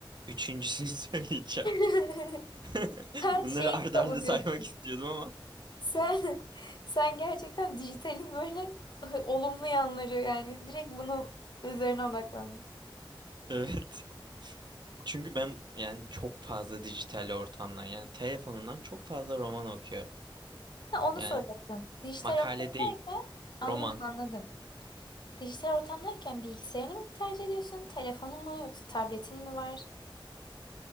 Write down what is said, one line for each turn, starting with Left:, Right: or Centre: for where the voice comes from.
Right: üçüncüsünü <laughs> söyleyeceğim.
Left: <laughs>
Right: <laughs>
Left: Ben
Right: Bunları
Left: şey
Right: arda
Left: savunuyordum.
Right: arda saymak istiyordum ama.
Left: Sen <laughs> sen gerçekten dijitalin böyle <laughs> olumlu yanları yani direkt bunu üzerine odaklan.
Right: Evet. Çünkü ben yani çok fazla dijital ortamdan yani telefonumdan çok fazla roman okuyorum.
Left: Ha, onu
Right: Yani
Left: soracaktım. Dijital
Right: makale
Left: ortamdayken
Right: değil,
Left: anladım
Right: roman.
Left: anladım. Dijital ortamdayken bilgisayarını mı tercih ediyorsun? Telefonun mu yoksa tabletin mi var?